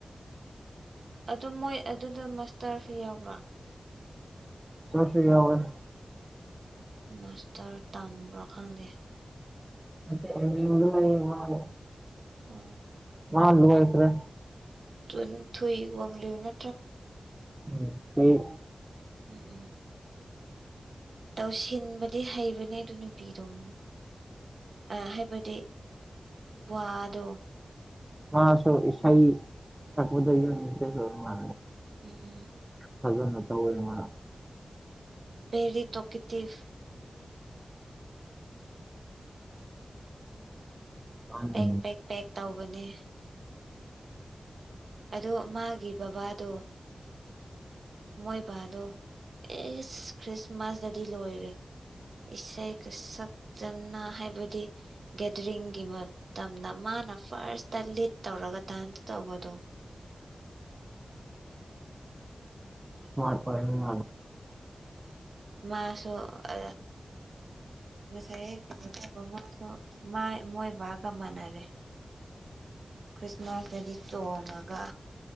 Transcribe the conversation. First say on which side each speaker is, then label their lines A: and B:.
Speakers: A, on the right; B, on the right.
A: ꯑꯗꯨꯝ ꯃꯣꯏ ꯑꯗꯨꯗ ꯃꯁꯇꯔ ꯐꯤ ꯌꯥꯎꯕ꯭ꯔꯥ
B: ꯆꯁꯤ ꯀꯌꯥ ꯑꯣꯏꯣꯏ
A: ꯃꯥꯁꯇꯔ ꯇꯝꯕ꯭ꯔꯣ ꯈꯪꯗꯦ
B: ꯃꯦ ꯃꯗ ꯃꯅꯤ ꯃꯥꯂꯦ
A: ꯍꯣꯏ
B: ꯃꯥ ꯂꯒꯁꯔꯦ
A: ꯇ ꯊꯨꯏ ꯋꯥꯡꯂꯤꯅ
B: ꯎꯝ ꯁꯣꯏ
A: ꯎꯝ ꯇꯧꯁꯤꯟꯕꯗꯤ ꯍꯩꯕꯅꯦ ꯑꯗꯨ ꯅꯨꯄꯤꯗꯣ ꯑꯃꯨꯛ ꯑ ꯍꯥꯏꯕꯗꯤ ꯋꯥꯗꯣ
B: ꯃꯥ ꯁꯣ ꯏꯁꯥꯏ ꯁꯛꯗ ꯃꯥ
A: ꯎꯝ
B: ꯐꯖꯅ ꯇꯧꯋꯦ ꯃꯥꯅꯦ
A: ꯚꯦꯔꯤ ꯇꯣꯀꯤꯇꯤꯞ
B: ꯃꯥꯅꯦ
A: ꯄꯦꯛ ꯄꯦꯛ ꯄꯦꯛ ꯇꯧꯕꯅꯦ ꯑꯗꯣ ꯃꯥꯒꯤ ꯕꯕꯥꯗꯣ
B: ꯎꯝ
A: ꯍꯣꯏ ꯗꯣ ꯑꯦ ꯈ꯭ꯔꯤꯁꯃꯥꯁꯇꯗꯤ ꯂꯣꯏꯔꯦ ꯏꯁꯩꯒ ꯁꯛꯆꯅ ꯍꯥꯏꯕꯗꯤ ꯒꯦꯗꯔꯤꯡꯒꯤ ꯃꯇꯝꯗ ꯃꯥ ꯃꯥꯅ ꯐꯥꯔꯁꯇ ꯂꯤꯠ ꯇꯧꯔꯒ ꯗꯥꯟꯁ ꯇꯧꯕꯗꯣ
B: ꯎꯝ ꯁꯃꯔ ꯐ ꯃꯥ
A: ꯃꯥꯁꯨ ꯑ ꯉꯁꯥꯏ ꯀꯩꯅꯣ ꯇꯧꯕ ꯃꯥꯁꯨ ꯃꯣꯏ ꯕꯥꯒ ꯃꯥꯟꯅꯔꯦ ꯈ꯭ꯔꯤꯁꯃꯥꯁꯇꯗꯤ ꯇꯣꯡꯉꯒ